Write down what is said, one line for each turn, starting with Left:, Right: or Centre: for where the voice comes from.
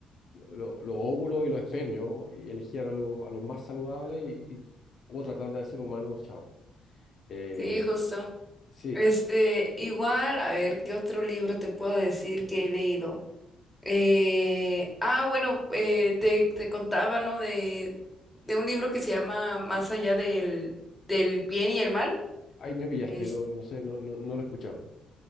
Left: los- los óvulos y los espermios y elegían a, los a los más saludables y, y o tratando de ser humanos, chao. Eh,
Centre: Sí, justo.
Left: sí,
Centre: Este, igual, a ver, ¿qué otro libro te puedo decir que he leído? Eh, ah, bueno, eh, te, te contaba, ¿no? De, de un libro que se llama Más allá del, del bien y el mal.
Left: ahí me pillaste,
Centre: Es,
Left: no, no sé, no, no, no lo he escuchado.